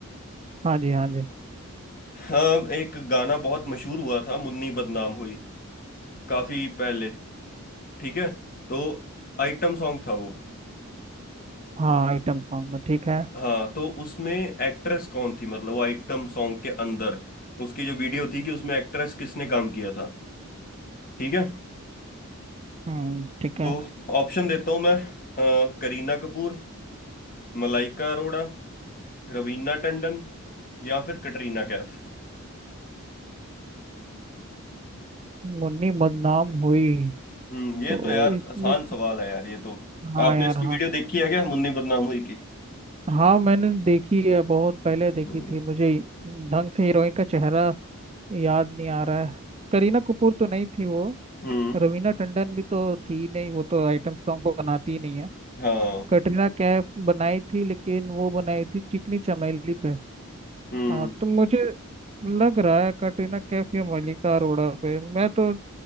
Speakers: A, on the right (about 25°); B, on the left (about 40°).
A: हाँ जी हाँ जी
B: हाँ एक गाना बहुत मशहूर हुआ था मुन्नी बदनाम हुई काफी पहले ठीक है तो आइटम सॉन्ग था वो
A: हाँ आइटम सॉन्ग में। ठीक है
B: हाँ तो उसमें एक्ट्रेस कौन थी मतलब वो आइटम सॉन्ग के अंदर उसकी जो वीडियो थी कि उसमें एक्ट्रेस किसने काम किया था ठीक है
A: हम्म ठीक है
B: तो ऑप्शन देता हूँ मैं अ, करीना कपूर मलाइका अरोड़ा रवीना टंडन या फिर कटरीना कैफ
A: मुन्नी बदनाम हुई
B: हम्म ये
A: तो
B: तो यार
A: इसमें
B: आसान सवाल है यार ये तो
A: हाँ
B: आपने
A: यार
B: इसकी वीडियो
A: हाँ
B: देखी है क्या मुन्नी बदनाम हुई की
A: हाँ मैंने देखी है बहुत पहले देखी
B: हम्म,
A: थी मुझे ढंग से हीरोइन का चेहरा याद नहीं आ रहा है करीना कपूर तो नहीं थी वो
B: हम्म
A: रवीना टंडन भी तो थी नहीं वो तो आइटम सॉन्ग को बनाती ही नहीं है
B: हाँ
A: कटरीना कैफ बनाई थी लेकिन वो बनाई थी चिकनी चमेली पे
B: हम्म
A: हाँ तो मुझे लग रहा है कटरीना कैफ या मलाइका अरोड़ा पे मैं तो